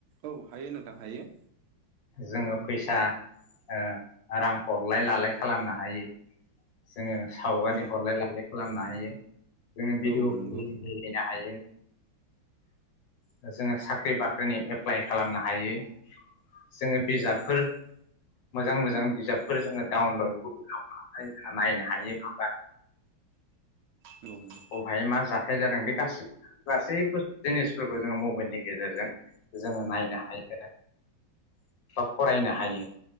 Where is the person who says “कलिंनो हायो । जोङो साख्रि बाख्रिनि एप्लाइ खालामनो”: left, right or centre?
Left